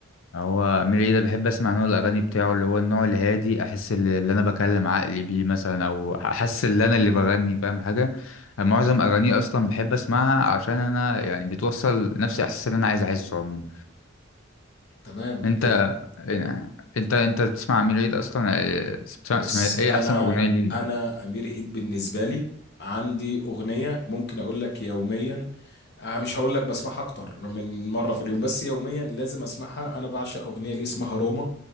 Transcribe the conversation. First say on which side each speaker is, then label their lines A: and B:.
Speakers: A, on the left; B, on the left.
A: هو ميلي ده بحب اسمع نوع الاغاني بتاعه اللي هو النوع الهادي احس اللي اللي انا بكلم عقلي بيه مثلا او احس ان انا اللي بغني فاهم حاجه معظم اغانيه اصلا بحب اسمعها عشان انا يعني بتوصل نفس الاحساس اللي انا عايز احسه عموما
B: تمام
A: انت
B: يعني
A: يعني انت انت بتسمع ميلي ده اصلا إيه، بتسمع
B: بص
A: سمع- ايه
B: انا
A: احسن اغنيه ليه
B: انا امير عيد بالنسبه لي عندي اغنيه ممكن اقول لك يوميا آه، مش هقول لك بسمعها اكتر من مره في اليوم بس يوميا لازم اسمعها انا بعشق اغنيه ليه اسمها روما